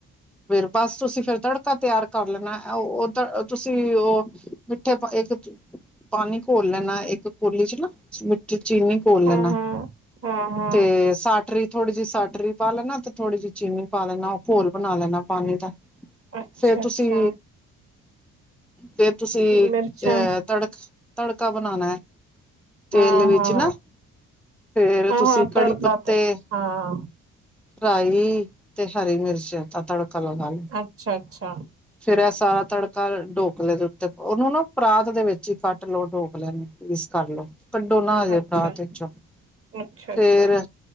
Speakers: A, in the centre; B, on the right.
A: ਫਿਰ ਬਸ ਤੁਸੀਂ ਫਿਰ ਤੜਕਾ ਤਿਆਰ ਕਰ ਲੈਣਾ ਉਹ ਤੁਸੀਂ ਉਹ ਮਿੱਠੇ ਇੱਕ ਪਾਣੀ ਘੋਲ ਲੈਣਾ ਇੱਕ ਕੋਲੀ ਚ ਨਾ ਚੀਨੀ ਕੋਲ
B: ਹਾਂ
A: ਲੈਣਾ
B: ਹਾਂ ਹਾਂ ਹਾਂ
A: ਤੇ ਸਾਟਰੀ ਥੋੜੀ ਜਿਹੀ ਸਾਟਰੀ ਪਾ ਲੈਣਾ ਤੇ ਥੋੜ੍ਹੀ ਜਹੀ ਚੀਨੀ ਪਾ ਲੈਣਾ ਉਹ ਘੋਲ ਬਣਾ ਲੈਣਾ ਪਾਣੀ ਦਾ
B: ਅੱਛਾ
A: ਫੇਰ ਤੁਸੀਂ
B: ਅੱਛਾ
A: ਫਿਰ ਤੁਸੀਂ
B: ਮਿਰਚਾਂ
A: ਅਹ ਤੜਕ ਤੜਕਾ ਬਣਾਉਣਾ ਹੈ ਤੇਲ
B: ਹਾਂ
A: ਵਿੱਚ
B: ਹਾਂ
A: ਨਾ ਫੇਰ
B: ਹਾਂ
A: ਤੁਸੀਂ
B: ਹਾਂ
A: ਕੜੀ
B: ਤੜਕਾ
A: ਪੱਤੇ
B: ਤੇ ਹਾਂ
A: ਫਰਾਈ ਤੇ ਹਰੀ ਮਿਰਚ ਤੜਕਾ ਲਗਾ ਲੋ
B: ਅੱਛਾ ਅੱਛਾ। ਤਾਂ
A: ਫੇਰ ਇਹ ਸਾਰਾ ਤੜਕਾ ਢੋਕਲੇ ਦੇ ਉੱਤੇ ਉਹਨੂੰ ਨਾ ਪਰਾਤ ਦੇ ਵਿੱਚ ਹੀ ਕੱਟ ਲਓ ਢੋਕਲੇ ਨੂੰ ਪੀਸ ਕਰ ਲਓ। ਕੱਢੋ ਨਾ ਹਜੇ
B: ਅੱਛਾ
A: ਬਰਾਤ ਵਿੱਚੋਂ
B: ਅੱਛਾ
A: ਫੇਰ
B: ਅੱਛਾ